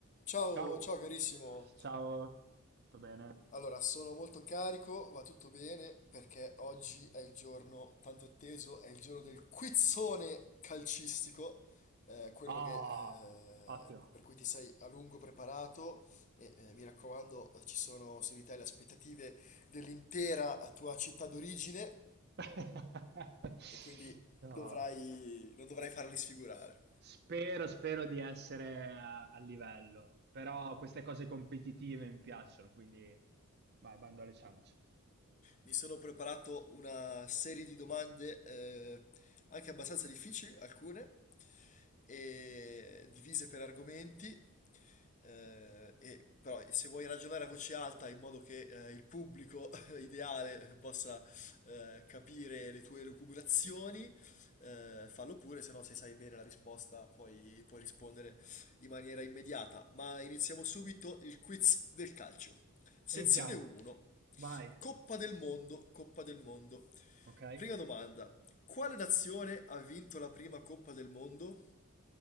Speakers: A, on the left (about 35°); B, on the right (about 45°).
A: Ciao,
B: Ciao,
A: ciao carissimo.
B: ciao, tutto bene?
A: Allora, sono molto carico, va tutto bene perché oggi è il giorno tanto atteso, è il giorno del quizzone calcistico, eh, quello
B: Ah,
A: che, eh,
B: ottimo.
A: per cui ti sei a lungo preparato e eh, mi raccomando eh, ci sono su di te le aspettative dell'intera tua città d'origine
B: <laughs>
A: e quindi
B: Io
A: dovrai, non dovrai farli sfigurare.
B: Spero, spero di essere a, a livello, però queste cose competitive mi piacciono, quindi vai, bando alle ciance.
A: Mi sono preparato una serie di domande eh, anche abbastanza difficili, alcune. e divise per argomenti, eh, e però se vuoi ragionare a voce alta in modo che eh, il pubblico <laughs> ideale possa eh, capire le tue lucubrazioni, eh, fallo pure, se no se sai bene la risposta puoi, puoi rispondere in maniera immediata. Ma iniziamo subito il quiz del calcio. Sezione
B: Iniziamo,
A: 1.
B: vai,
A: Coppa del mondo, Coppa del mondo.
B: ok?
A: Prima domanda. Quale nazione ha vinto la prima Coppa del mondo?